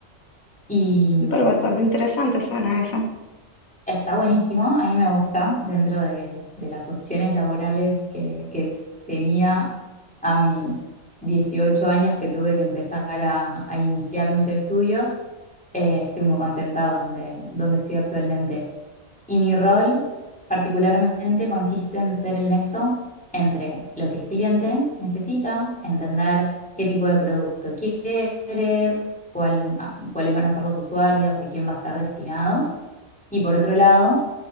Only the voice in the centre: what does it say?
Y mm,
Está buenísimo, a mí me gusta dentro de, de las opciones laborales que, que tenía a mis 18 años que tuve que empezar a, a iniciar mis estudios. Eh, estoy muy contenta donde, donde estoy actualmente. Y mi rol particularmente consiste en ser el nexo entre lo que el cliente necesita, entender qué tipo de producto quiere, cuál- a- cuáles van a ser los usuarios, a quién va a estar destinado y por otro lado,